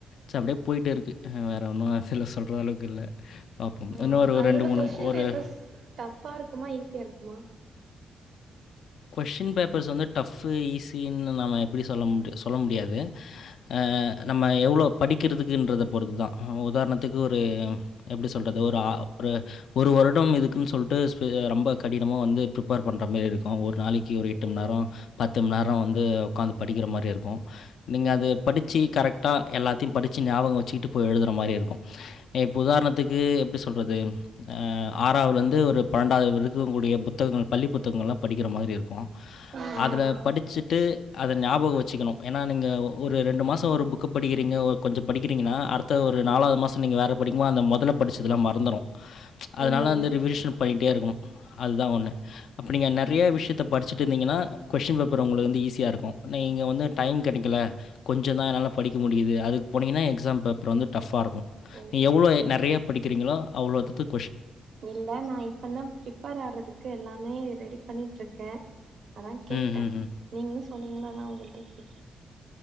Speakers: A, on the left (about 75°); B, on the right (about 65°).
A: ச அப்டியே போய்ட்டே இருக்கு வேற ஒன்னு அதுல சொல்ற அளவுக்கு இல்ல பார்ப்போம்.
B: ஆஹ்
A: இன்னும் ஒரு
B: அதுல உள்ள கொஸ்டின்
A: ஒரு
B: பேப்பர்ஸ் டஃபா இருக்குமா ஈஸியா இருக்குமா
A: கொஷ்டின் பேப்பர்ஸ் வந்து டஃபு ஈஸீனு நம்ம எப்டி சொல்ல மு சொல்ல முடியாது ஆ நம் நான் எவ்ளோ படிக்கிறதுன்றத பொறுத்து தான் ஆ உதாரணத்துக்கு ஒரு எப்டி சொல்கிறது ஒரு ஒரு ஒரு வருடம் இதுக்குன்னு சொல்லிட்டு ரொம்ப கடினமாக வந்து பிரிப்பேர் பண்ணுற மாரி இருக்கு ஒரு நாளைக் ஒரு எட்டு
B: ஓ
A: மணி நேரம் பத்து பத்து மணி நேரம் வந்து உக்காந்து படிக்கிற மாரி இருக்கும் நீங்க
B: ம்
A: அது படிச்சி கரெக்டா எல்லாத்தையும் படிச்சி ஞாபகம் வச்சுக்கிட்டு போய் எழுதுற மாரி இருக்கும் இப்போ உதாரணத்துக்கு எப்டி சொல்கிறது ஆறாவதுலேந்து ஒரு பன்னெண்டாவது வரைக்கும் இருக்கக்கூடிய புத்தகங்கள் பள்ளி புத்தகங்களெல்லா படிக்குறமாதிரி இருக்கும்
B: ஆ
A: அதுல
B: ஆ
A: படிச்சிட்டு அத ஞாபகம் வச்சிக்கணும் ஏனா நீங்க ஒரு ரெண்டு மாசம் ஒரு புக்க படிகிறீங்க ஒ கொஞ்சோ படிக்கிறிங்கனா அடுத்த ஒரு நாலாவது மாசம் நீங்க வேற படிக்குபோ அந்த மொதல படிச்சதெல்லா மறந்துறும் ச்ச அதுனால
B: ம்
A: இந்த ரிவிஷன் பண்ணிட்டேஇருக்கனும் அதுதா ஒன்னு அப்டின நெறையா விஷயத்தை படிச்சுட்டு இருந்தீங்கனா கொஷின் பேப்பர் உங்களுக்கு வந்து ஈஸியாக இருக்கும் நீங்க வந்து டைம் கெடைக்கல கொஞ்சோ தா என்னால படிக்க முடியுது அதுக்கு போனிங்கனா எக்ஸாம் பேப்பர் வந்து டஃப்பா இருக்கும்
B: ஓ
A: நீங்க எவ்ளோ நெறையா படிக்கிறீங்களோ அவ்ளோத்துக்கு
B: இல்ல நா இப்பனா பிரிப்பேர் ஆறதுக்கு எல்லாமே ரெடி பண்ணிட்டுருக்கே அதா கேட்டேன்
A: ம், ம், ம்.
B: நீங்களும் சொன்னீங்கலனாதான் உங்கள்ட்ட கேட்